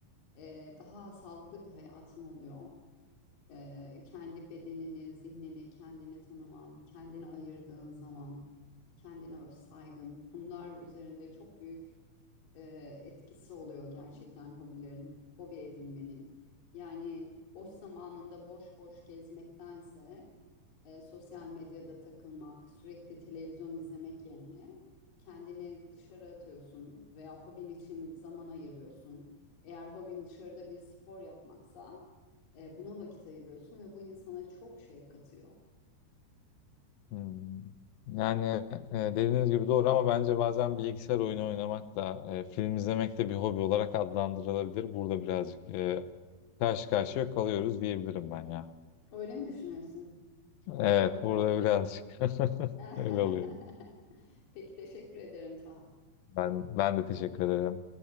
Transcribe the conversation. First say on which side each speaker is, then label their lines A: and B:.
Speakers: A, on the left; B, on the left.
A: E, daha sağlıklı bir hayatın oluyor. E, kendi bedenini, zihnini, kendini tanıman, kendini ayırdığın zaman, kendine öz saygın. Bunlar üzerinde çok büyük e, etkisi oluyor gerçekten hobilerin, hobi edinmenin. Yani boş zamanında boş boş gezmektense e, sosyal medyada takılmak, sürekli televizyon izlemek yerine kendini dışarı atıyorsun veya hobin için zaman ayırıyorsun. Eğer hobin dışarıda bir spor yapmaksa e, buna vakit ayırıyorsun ve bu insana çok şey katıyor.
B: Hmm. Yani e, dediğiniz gibi doğru ama bence bazen bilgisayar oyunu oynamak da e, film izlemek de bir hobi olarak adlandırılabilir. Burada birazcık e, karşı karşıya kalıyoruz diyebilirim ben ya.
A: Öyle mi düşünüyorsun?
B: Evet,
A: Bilgisayar.
B: burada birazcık <laughs>
A: <laughs>
B: öyle oluyor.
A: Peki teşekkür ederim Taha.
B: Ben ben de teşekkür ederim.